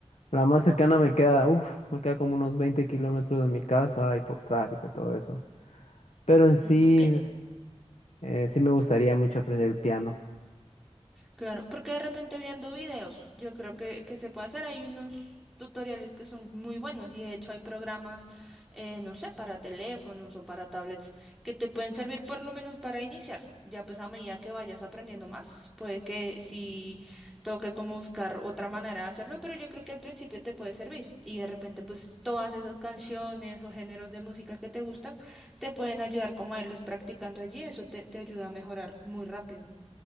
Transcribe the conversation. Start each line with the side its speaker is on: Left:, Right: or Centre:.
Left: La más cercana me queda, uff, me queda como unos 20 kilómetros de mi casa y por tráfico y todo eso. Pero en sí,
Centre: Mm, porque
Left: eh, sí me gustaría mucho aprender el piano.
Centre: Claro, porque de repente viendo videos, yo creo que, que se puede hacer. Hay unos tutoriales que son muy buenos y de hecho hay programas, eh, no sé, para teléfonos o para tablets que te pueden servir por lo menos para iniciar. Ya pues a medida que vayas aprendiendo más, puede que si toque como buscar otra manera de hacerlo, pero yo creo que al principio te puede servir y de repente pues todas esas canciones o géneros de música que te gustan te pueden ayudar como a irlos practicando allí. Eso te, te ayuda a mejorar muy rápido.